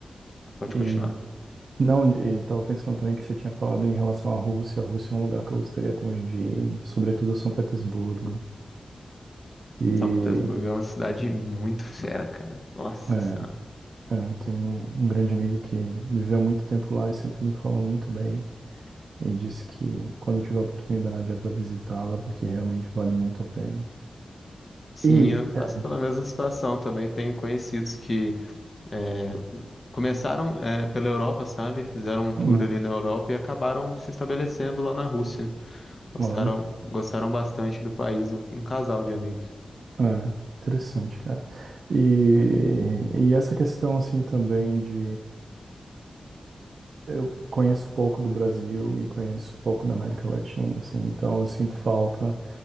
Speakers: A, on the left; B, on the right.
A: pode
B: e
A: continuar.
B: não, e estava pensando também que você tinha falado em relação à Rússia. A Rússia é um lugar que eu gostaria também de ir, sobretudo a São Petersburgo. E
A: São Petersburgo é uma cidade muito fera, cara. Nossa
B: é,
A: Senhora.
B: É, eu tenho um um grande amigo que viveu muito tempo lá e sempre me falou muito bem e disse que quando tiver oportunidade é para visitá-la porque realmente vale muito a pena.
A: Sim,
B: E
A: eu passo
B: é,
A: pela mesma situação também. Tenho conhecidos que é, começaram é, pela Europa, sabe? Fizeram um tour
B: hum,
A: ali na Europa e acabaram se estabelecendo lá na Rússia. Gostaram,
B: olha,
A: gostaram bastante do país, um, um casal de amigos.
B: é, interessante, cara. E, e essa questão assim também de eu conheço pouco do Brasil e conheço pouco da América Latina, assim, então eu sinto falta